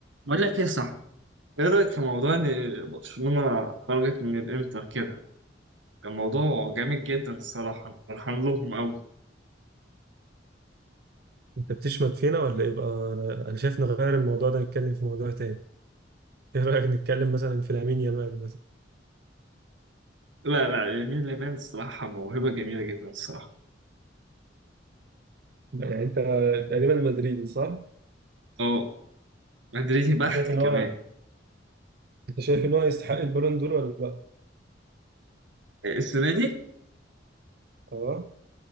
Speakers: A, on the right; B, on the right.
A: بقول لك ايه صح ايه رأيك في موضوع ان برشلونة خرجت من الانتر كده كان موضوع جامد جدا الصراحة أنا فرحان لهم قوي
B: انت بتشمت فينا ولا ايه بقى انا انا شايف نغير الموضوع ده نتكلم في موضوع تاني ايه رايك نتكلم مثلا في لامين يامال مثلا
A: لا لا يمين لمال الصراحة موهبة جميلة جدا الصراحة
B: لا، يعني انت تقريبا مدريدي صح؟
A: اه مدريدي
B: انت
A: بحت
B: شايف ان
A: كمان
B: هو انت شايف ان هو يستحق البالون دور ولا لا؟
A: السنة دي
B: اه